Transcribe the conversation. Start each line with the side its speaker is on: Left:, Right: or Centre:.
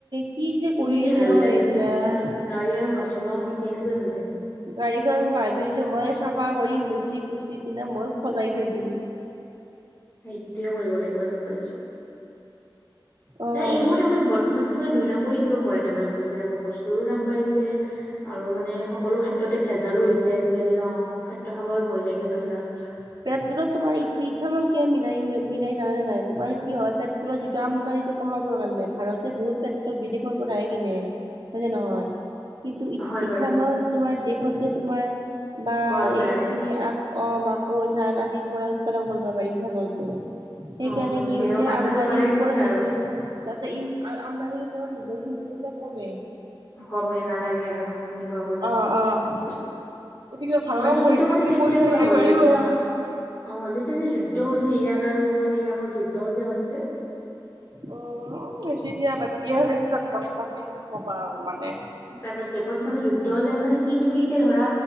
Right: কি যে
Left: তুমি
Right: কৰি
Left: কি
Right: আছে
Left: ভাবিলা
Right: নহয়
Left: তুমি
Right: এইবিলাক!
Left: ভাবিছা গাড়ী আৰু নচলাও নেকি, এনেকৈ ভাবি থাকে।
Right: গাড়ীখন ভাবিছোঁ, মই চাফা কৰি মুচি-কুচি কিনে মই সজাই থৈ দিম।
Left: এইটোয়ে কৰিব লাগিব, গম পাইছোঁ।
Right: অ',
Left: এ, এইবোৰ তাৰমানে বদমাচি মানে দুই নম্বৰী কিয় কৰে, তাৰমানে বুজি নাপাওঁ। বস্তুৰো দাম বাঢ়িছে। আৰু মানে সকলো খাদ্যতে ভেজালো হৈছে আজিকালি ন, খাদ্য খাবই ভয় লাগে বাহিৰত।
Right: পেট্ৰ'লত তোমাৰ ইথানল কিয় মিলাই মিলাই, জানানে নাই? তোমাৰ কি হয় পেট্ৰ'লৰ যিটো আমদানি কমাবৰ কাৰণে। ভাৰতে
Left: উম,
Right: বহুত পেট্ৰ'ল বিদেশৰ পৰাহে কিনে। হয় নে নহয়, কিন্তু ই-ইথানল
Left: হয়, বাৰু
Right: তোমাৰ দেশতে তোমাৰ বা
Left: পোৱা যায়
Right: এইখিনি আ-অমাক কৈ-থান আদিৰ পৰা উৎপাদন কৰিব পাৰি ইথানলটো। সেইকাৰণে
Left: অ',
Right: কি
Left: মেয়ৰ
Right: হৈছে,
Left: মাত্ৰাটো
Right: আমদানিৰ
Left: বাঢ়াই দিছে
Right: ওপৰত
Left: আৰু
Right: নিৰ্ভৰ যাতে আমদানিৰ ওপৰত নিজৰ <unintelligible> কমে
Left: গমে নালাগে আৰু, নিৰ্ভৰ কৰিব।
Right: অ',
Left: মানে,
Right: অ'।
Left: এইটো
Right: কিবা ভাল কাম কৰিছে এইখিনি
Left: মানে কেতিয়াৰ
Right: পইচা
Left: পৰা
Right: খিনি
Left: হ'ল
Right: বাঢ়িব।
Left: এতিয়া অ', যেতিয়া যে যুদ্ধ হ'ল
Right: উম
Left: যে, ইৰাণ আৰু মানে ইৰাকৰ যুদ্ধ যে হল যে
Right: উম' বেছি দিয়া, বাদ দিয়া আৰু সেইবিলাক কথা কি কবা আৰু মানে।
Left: তাৰ দেশত মানে যুদ্ধ হলে মানে, কি তুমি এতিয়া ধৰা